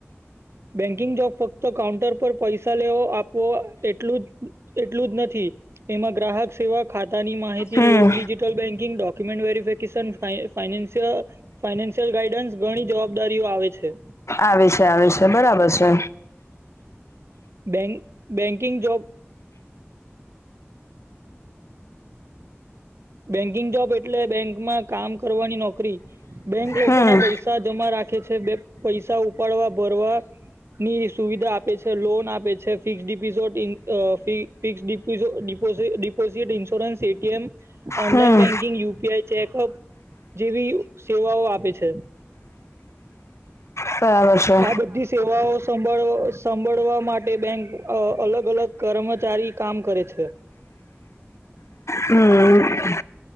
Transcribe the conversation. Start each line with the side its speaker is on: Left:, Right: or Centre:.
Right: બેંકિંગ જોબ ફક્ત કાઉન્ટર પર પૈસા લેવો આપવો એટલું જ એટલું જ નથી એમાં ગ્રાહક સેવા ખાતાની માહિતી
Left: હમ
Right: loan digital banking document verification financial financial guidance ઘણી જવાબદારીઓ આવે છે.
Left: આવી છે, આવી છે, બરાબર છે.
Right: બે બેંકિંગ જોબ બેંકિંગ જોબ એટલે બેંક માં કામ કરવાની નોકરી. બેંક લોકો
Left: હમ
Right: ના પૈસા જમા રાખે છે બે પૈસા ઉપાડવા ભરવા ની સુવિધા આપે છે લોન આપે છે. Fix deposit fix deposit, insurance, A T M. Online
Left: હમ
Right: બ banking U P I check up જેવી સેવાઓ આપે છે.
Left: બરાબર છે
Right: આ બધી સેવાઓ સંભળ સંંભળવા માટે બેંક અહ અલગ અલગ કર્મચારી કામ કરે છે.
Left: હમ્મ હમ્મ.